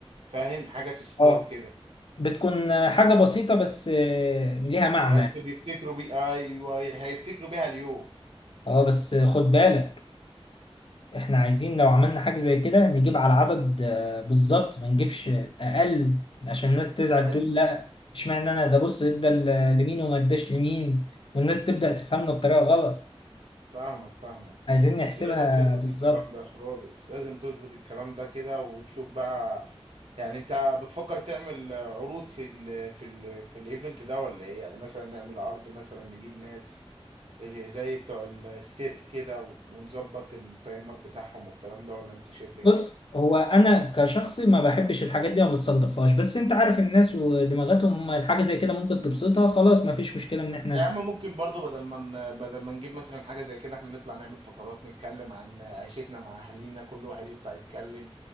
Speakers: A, on the right; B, on the left.
A: فاهم حاجه تسكور
B: اه
A: كده
B: بتكون حاجة بسيطة بس آه، ليها معنى
A: بس بيفتكروا بيه ايوه هيفتكروا بيها اليوم
B: اه بس خد بالك احنا عايزين لو عملنا حاجة زي كده نجيب على عدد آه، بالظبط ما نجيبش اقل عشان الناس تزعل
A: أي-
B: تقول لا اشمعنى انا ده بص ادى ل- لمين وما اداش لمين والناس تبدأ تفهمنا بطريقة غلط
A: فاهمك فاهمك
B: عايزين نحسبها
A: لازم تظبط
B: بالظبط
A: الكلام ده خالص لازم تظبط الكلام ده كده وتشوف بقى يعني انت بتفكر تعمل عروض في ال في ال في الايفنت ده ولا ايه يعني مثلا نعمل عرض مثلا نجيب ناس زي بتوع السيرك كده و- ونظبط التايمر بتاعهم والكلام ده ولا انت شايف ايه
B: بص هو انا كشخصي ما بحبش الحاجات دي ما بستلطفهاش بس انت عارف الناس ودماغاتهم هم الحاجة زي كده ممكن تبسطها خلاص ما فيش مشكلة ان احنا
A: يا عم ممكن برضو بدل ما ن- بدل ما نجيب مثلا حاجة زي كده احنا نطلع نعمل فقرات نتكلم عن عيشتنا مع اهالينا كل واحد يطلع يتكلم